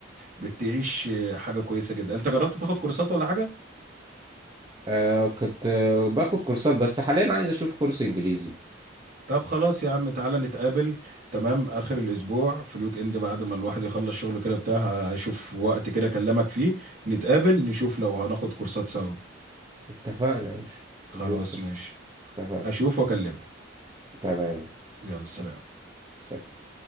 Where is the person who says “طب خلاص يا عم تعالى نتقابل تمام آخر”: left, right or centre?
Right